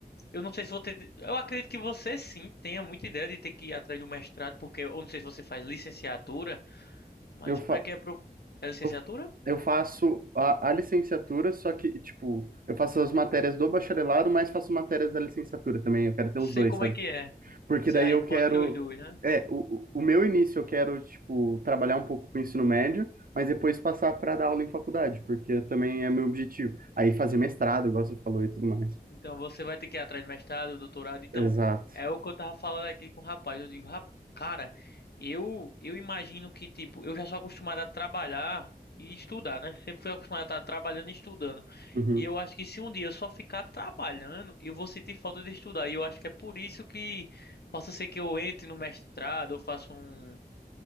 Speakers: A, on the left; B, on the right.
A: Eu não sei se vou ter. Eu acredito que você sim tenha muita ideia de ter que ir atrás de um mestrado, porque eu não sei se você faz licenciatura, mas
B: Eu, fa
A: pra quem é pro. É licenciatura?
B: eu, eu faço a, a licenciatura, só que, tipo, eu faço as matérias do bacharelado, mas faço matérias da licenciatura também. Eu quero ter
A: Sei
B: os dois,
A: como
B: sabe?
A: é que é.
B: Porque
A: Sei
B: daí
A: aí,
B: eu quero.
A: pode ser os dois, né?
B: É, o, o o meu início eu quero, tipo, trabalhar um pouco com o ensino médio, mas depois passar para dar aula em faculdade, porque também é meu objetivo. Aí fazer mestrado, igual você falou e tudo mais.
A: Então você vai ter que ir atrás de mestrado, doutorado. Então,
B: Exato.
A: é o que eu tava falando aqui com o rapaz. Eu digo, "Rap- cara, eu, eu imagino que, tipo, eu já sou acostumado a trabalhar e estudar, né? Sempre fui acostumado a estar trabalhando e estudando.
B: Uhum.
A: E eu acho que se um dia eu só ficar trabalhando, eu vou sentir falta de estudar. E eu acho que é por isso que possa ser que eu entre no mestrado, eu faça um,